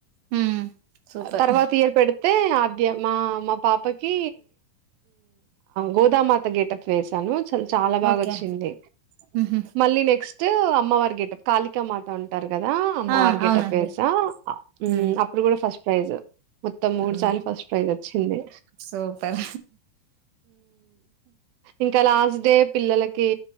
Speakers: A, on the right; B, on the right.
A: హ్మ్ సూపర్
B: తర్వాత ఇయర్ పెడితే అగ్ ద్య మా మా పాపకి గోదామాత గేటప్ వేస్ ను చల్ చాలా బాగా
A: ఓకే
B: వచ్చింది.
A: హుహు.
B: మళ్ళీ నెక్స్ట్ క్స్ట్, అమ్మవారి గెటప్ కాలిక మాత ఉంటర్ కదా అమ్మవారు
A: ఆ!
B: గెటప్
A: అవునండి.
B: వేస ఆ ఉహ్మ్
A: హ్మ్
B: అప్పుడు కూడా ఫస్ట్ ప్రైజ్ మొత్తం మూడు
A: హ్మ్
B: సార్లు ఫస్ట్ ప్రైజ్ వచ్చింది
A: సూపర్
B: ఇంకా హ్మ్మ్ లాస్ట్ డే పిల్లలకి